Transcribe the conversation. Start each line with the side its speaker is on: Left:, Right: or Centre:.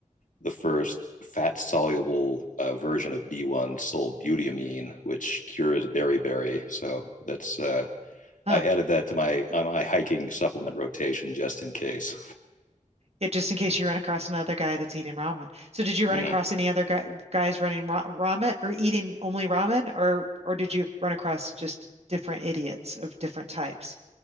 Left: the first fat soluble uh, version of B1 solbutamine, which cures beriberi. So that's uh,
Right: Huh.
Left: I added that to my uh, my hiking supplement rotation just in case.
Right: Yeah, just in case you run across another guy that's eating ramen. So did you run
Left: Mm.
Right: across any other guy, guys running ra ramen or eating only ramen or or did you run across just different idiots of different types?